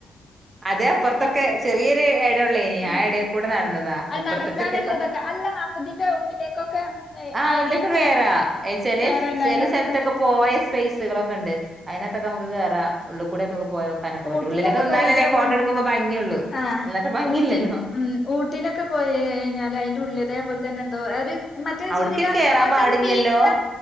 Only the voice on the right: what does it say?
അത് അപ്പുറത്തൊക്കെ
ചെറിയൊരു ഇട ഉള്ളേനി ആ
എടേ കൂടെ നടന്നതാ
ഇപ്പുറത്തേക്ക്
എത്തിയപ്പൊ
ആഹ്
ഉള്ളിക്ക്
കേറാ ഏഹ് ചേലെ
ചേലെ
സ്ഥലത്തൊക്കെ
പോ <unintelligible> സ്പേസുകളൊക്കെ ഇണ്ട് അയിന് അകത്തൊക്കെ അമ്മെക്ക് കേറാ ഉള്ള്ക്കൂടെ ഒക്കെ പോയോക്കാനൊക്കെ പറ്റും
ഉള്ള്ലൊക്കെ നിന്നാൽ
അല്ലെ
ഫോട്ടം ഇട്ക്കുമ്പോ ഭംഗിയൊള്ളു
അല്ലാത്തെ ഭംഗിയില്ലല്ലോ
അവിടക്ക്
കേറാൻ
പാടില്ലല്ലോ